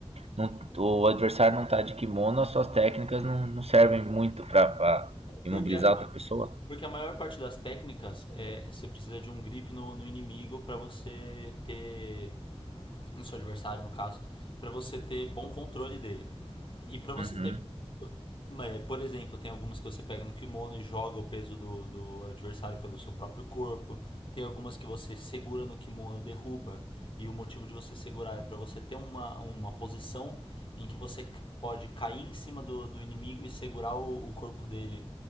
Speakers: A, on the right (about 75°); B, on the left (about 55°).
A: não- O adversário não tá de kimono, as suas técnicas não, não servem muito para imobilizar
B: Porque a,
A: outra pessoa?
B: porque a maior parte das técnicas é você precisa de um grip no, no inimigo para você ter. No seu adversário, no caso, para você ter bom controle dele. E para você
A: Uhum,
B: ter. é, Por exemplo, tem algumas que você pega no kimono e joga o peso do, do adversário pelo seu próprio corpo. Tem algumas que você segura no kimono, derruba. E o motivo de você segurar é para você ter uma, uma posição em que você c- pode cair em cima do, do inimigo e segurar o o corpo dele